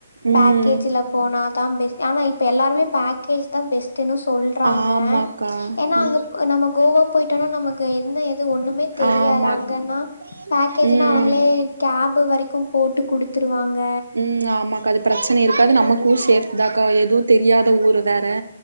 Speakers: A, on the right (about 90°); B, on the left (about 85°).
A: ம்
B: பேக் கேஜ்ல போனா தா பெ ஆனா இப்போ எல்லாருமே பேக்கேஜ் தா பெஸ் டுன்னு சொல்றாங்க
A: ஆமாக்கா
B: ஏன்னா
A: ம்
B: அங்க நம்ம கோவா போயிட்டோனா நமக்கு என்ன ஏது ஒண்ணுமே தெரியாது
A: ஆமாக்கா
B: அங்கன்னா பேக்கேஜ்ன்னா
A: ம்
B: அவங்களே கேப் வரைக்கு போட்டு குடுத்துருவாங்க
A: ம் ஆமாக்கா அது பிரச்சன இருக்காது நமக்கு சேஃப் தாக்கா எதுவு தெரியாத ஊரு வேற